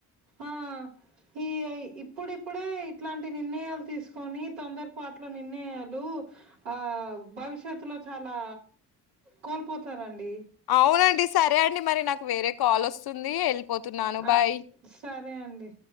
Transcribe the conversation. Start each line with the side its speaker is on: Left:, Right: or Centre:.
Right: ఆ ఈ ఇ ఇప్పుడిప్పుడే ఇట్లాంటి నిర్ణయాలు తీసుకొని తొందరపాట్ల నిర్ణయాలు, ఆ భవిష్యత్ లో చాలా కోల్పోతారండి
Left: అవునండి సరే అండి మరి నాకు వేరే కాల్ వస్తుంది ఎల్ పోత నాను
Right: ఆ
Left: భాయ్
Right: సరే అండి.